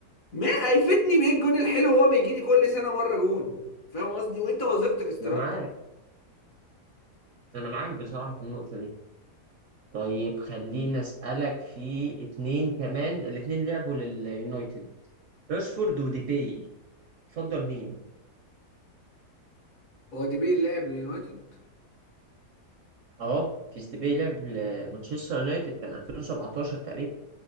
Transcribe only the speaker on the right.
انا معاك انا معاك بصراحه في النقطه دي طيب خليني أسألك في اتنين كمان الاتنين لعبوا لليونايتد راشفورد وديباي تفضل مين؟
اه ممفيس ديباي لعب لمانشستر يونايتد كان 2017 تقريبا